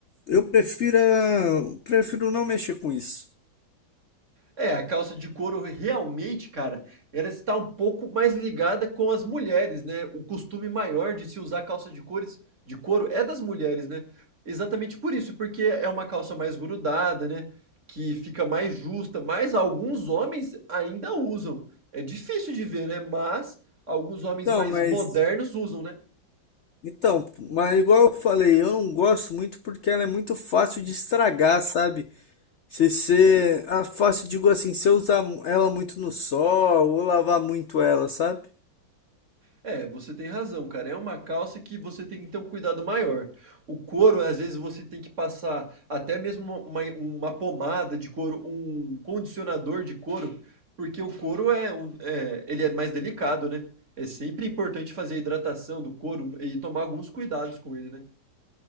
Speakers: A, on the left (about 70°); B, on the right (about 40°).
A: eu prefiro a- prefiro não mexer com isso.
B: É, a calça de couro realmente, cara, ela está um pouco mais ligada com as mulheres, né? O costume maior de se usar calça de cores de couro é das mulheres, né? Exatamente por isso, porque é uma calça mais grudada, né? Que fica mais justa, mas alguns homens ainda usam. É difícil de ver, né? Mas alguns homens
A: Então,
B: mais
A: mas
B: modernos usam, né?
A: então, mas igual eu falei, eu não gosto muito porque ela é muito fácil de estragar, sabe? Se você. Ah, fácil, digo assim, se eu usar ela muito no sol ou lavar muito ela, sabe?
B: É, você tem razão, cara. É uma calça que você tem que ter um cuidado maior. O couro, às vezes, você tem que passar até mesmo uma, uma pomada de couro, um condicionador de couro, porque o couro é um, é, ele é mais delicado, né? É sempre importante fazer a hidratação do couro e tomar alguns cuidados com ele, né?